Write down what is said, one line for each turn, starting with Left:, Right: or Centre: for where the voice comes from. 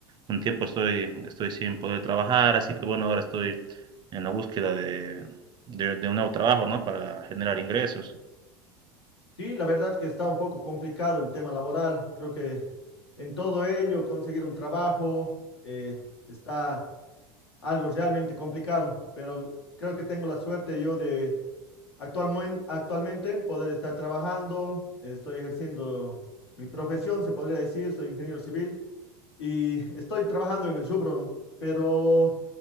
Right: un tiempo estoy, estoy sin poder trabajar, así que bueno, ahora estoy en la búsqueda de, de- de un nuevo trabajo, ¿no? Para generar ingresos.
Left: Sí, la verdad que está un poco complicado el tema laboral. Creo que en todo ello conseguir un trabajo eh, está algo realmente complicado, pero creo que tengo la suerte yo de actualmen- actualmente poder estar trabajando. Estoy ejerciendo mi profesión, se podría decir, soy ingeniero civil y estoy trabajando en el rubro, pero